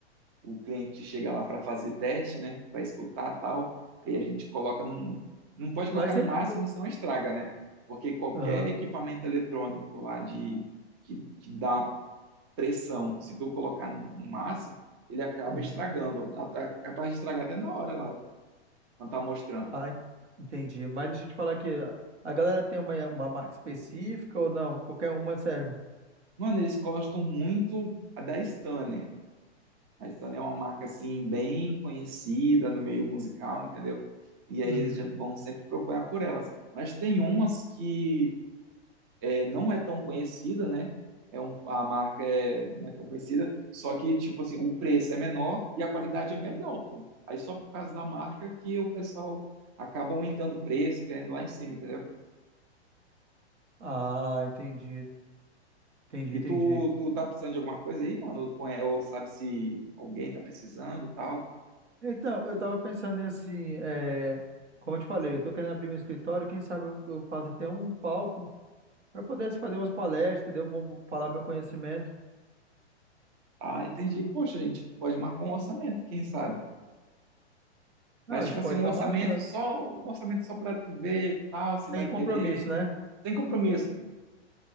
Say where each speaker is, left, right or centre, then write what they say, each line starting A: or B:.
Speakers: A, on the right; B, on the right.
A: o cliente chega lá para fazer teste, né? Para escutar tal. Aí a gente coloca num. Não pode
B: Mas
A: colocar no
B: eu,
A: máximo, senão estraga, né? Porque qualquer
B: Aham.
A: equipamento eletrônico lá de que, que dá pressão, se tu colocar no, no máximo, ele acaba
B: uhum.
A: estragando, a- a- capaz de estragar até na hora lá, quando tá mostrando.
B: Ah, en- entendi. Mas deixa eu te falar aqui, a a galera tem uma, uma marca específica ou não? Qualquer uma serve?
A: Mano, eles gostam muito da Stanner. A Stanner é uma marca assim bem conhecida no meio musical, entendeu? E
B: Uhum.
A: aí eles já vão sempre procurar por elas. Mas tem umas que é, não é tão conhecida, né? É um, a marca é, não é tão conhecida, só que, tipo assim, o preço é menor e a qualidade é melhor, pô. Aí só por causa da marca que o pessoal acaba aumentando o preço, querendo lá em cima, entendeu?
B: Ah, entendi. Entendi,
A: E
B: entendi.
A: tu, tu tá precisando de alguma coisa aí, mano? Ou conhe- ou sabe se alguém tá precisando, tal?
B: Então, eu tava pensando em assim, é, como eu te falei, eu tô querendo abrir meu escritório, quem sabe eu, eu faço até um palco para poder assim, fazer umas palestras, entendeu? Mo- Falar meu conhecimento.
A: Ah, entendi. Poxa, gente, pode marcar um orçamento, quem sabe? Mas
B: Não, a
A: tipo
B: gente pode
A: assim, um
B: estar
A: orçamento
B: marcando.
A: só, um orçamento só para tu ver, tal, se
B: Tem
A: vai
B: compromisso,
A: querer.
B: né?
A: Sem compromisso.